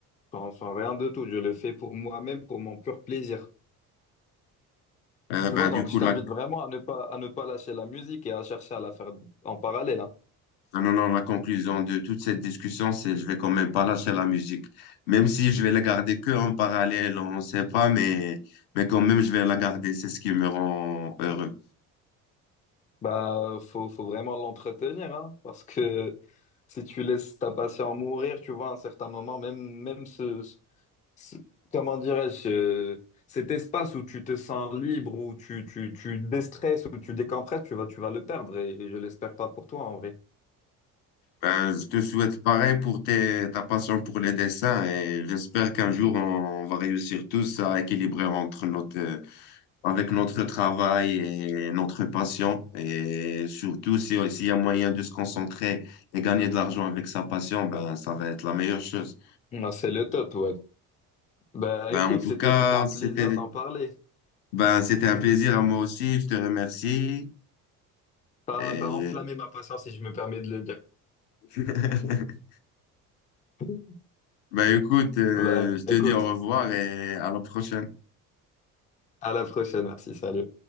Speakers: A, on the left (about 15°); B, on the left (about 55°).
A: sans, sans rien de tout, je le fais pour moi-même, pour mon pur plaisir.
B: Euh,
A: Tu
B: ben,
A: vois, donc
B: du coup,
A: je t'invite
B: là,
A: vraiment à ne pas, à ne pas lâcher la musique et à chercher à la faire en parallèle. hein.
B: Ah non, non, la conclusion de toute cette discussion, c'est je vais quand même pas lâcher la musique. Même si je vais la garder que en parallèle, on ne sait pas, mais, mais quand même, je vais la garder. C'est ce qui me rend heureux.
A: Bah, faut, faut vraiment l'entretenir, hein, parce que si tu laisses ta passion mourir, tu vois, à un certain moment, même, même ce, ce- comment dirais-je, euh, cet espace où tu te sens libre, où tu, tu, tu déstresses, où tu décompresses, tu vas, tu vas le perdre, et, et je l'espère pas pour toi, en vrai.
B: Ben, je te souhaite pareil pour tes- ta passion pour les dessins et j'espère qu'un jour,
A: <laughs>
B: on va réussir tous à équilibrer entre notre, euh, avec notre travail et notre passion. Et surtout, si, s'il y a moyen de se concentrer et gagner de l'argent avec sa passion, ben, ça va être la meilleure chose.
A: Non, c'est le top, ouais. Bah,
B: Ben,
A: écoute,
B: en tout
A: c'était,
B: cas,
A: c'était un plaisir
B: c'était
A: d'en parler.
B: ben, c'était un plaisir à moi aussi. Je te remercie.
A: T'as,
B: Et...
A: t'as enflammé ma passion, si je me permets de le dire.
B: <laughs>
A: <laughs>
B: ben, écoute, euh,
A: Bah,
B: je te
A: écoute,
B: dis au revoir et à la prochaine.
A: à la prochaine, merci, salut.